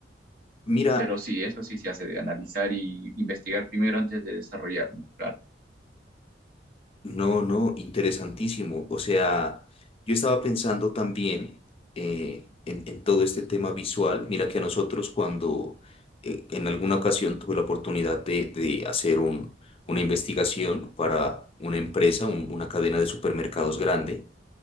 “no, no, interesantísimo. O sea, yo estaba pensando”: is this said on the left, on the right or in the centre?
Left